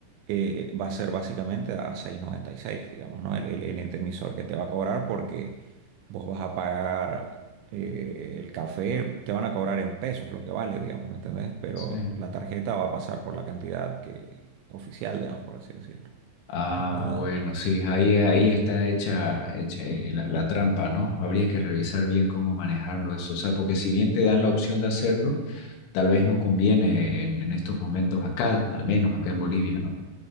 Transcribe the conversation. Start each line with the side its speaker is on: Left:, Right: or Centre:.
Right: eh, va a ser básicamente a seis coma noventa y seis digamos, ¿no? El, el, el ente emisor que te va a cobrar porque vos vas a pagar eh, el café, te van a cobrar en pesos lo que vale, digamos, ¿me entendés? Pero
Left: Sí.
Right: la tarjeta va a pasar por la cantidad que, oficial, digamos, por así decirlo.
Left: Ah,
Right: ¿Entendés?
Left: bueno, sí, ahí, ahí está hecha, hecha, eh, la, la trampa, ¿no? Habría que revisar bien cómo manejarlo eso. O sea, porque si bien te dan la opción de hacerlo, tal vez no conviene en, en estos momentos acá, al menos acá en Bolivia, ¿no?